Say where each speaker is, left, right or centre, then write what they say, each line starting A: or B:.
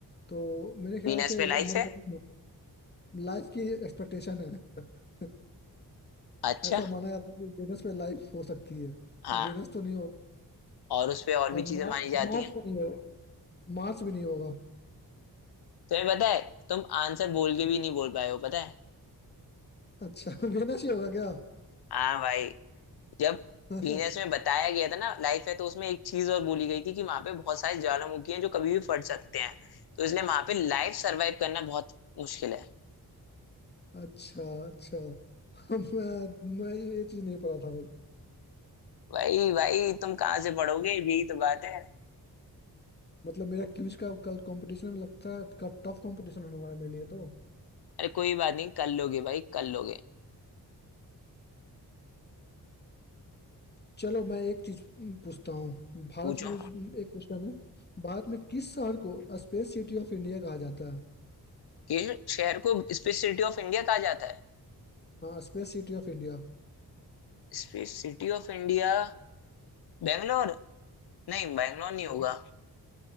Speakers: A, on the left; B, on the left.
A: तो मेरे ख्याल
B: वीनस
A: से
B: पे लाइफ
A: मरकरी
B: है
A: लाइफ की एक्सपेक्टेशन है <laughs>
B: अच्छा
A: ऐसा माना जाता है कि वेनस पे लाइफ हो सकती है
B: हाँ
A: तो वेनस तो नहीं होगा
B: और उस पे और
A: और
B: भी चीजें
A: मार्स
B: मानी जाती
A: मार्स
B: हैं
A: भी नहीं होगा मार्स भी नहीं होगा
B: तुम्हें पता है तुम आंसर बोल के भी नहीं बोल पाए हो पता है
A: अच्छा <laughs> वेनस ही होगा क्या
B: हाँ भाई जब
A: <laughs>
B: पीनस में बताया गया था ना लाइफ है तो उसमें एक चीज और बोली गई थी कि वहां पे बहुत सारे ज्वालामुखी हैं जो कभी भी फट सकते हैं तो इसलिए वहां पे लाइफ सरवाइव करना बहुत मुश्किल है
A: अच्छा अच्छा <laughs> मैं, मैं ये चीज नहीं पता था भाई
B: भाई भाई तुम कहाँ से पढ़ोगे यही तो बात है
A: मतलब मेरा क्विज का कल कंपटीशन में लगता है टफ कंपटीशन होने वाला है मेरे लिए तो
B: अरे कोई बात नहीं कर लोगे भाई कर लोगे
A: चलो मैं एक चीज हम्म, पूछता हूँ भारत
B: पूछो
A: में जो- एक क्वेश्चन है भारत में किस शहर को स्पेस सिटी ऑफ इंडिया कहा जाता है
B: कि शहर को स्पेस सिटी ऑफ इंडिया कहा जाता है
A: हाँ स्पेस सिटी ऑफ इंडिया
B: Space city of India Bangalore नहीं बेंगलोर नहीं
A: हाँ
B: होगा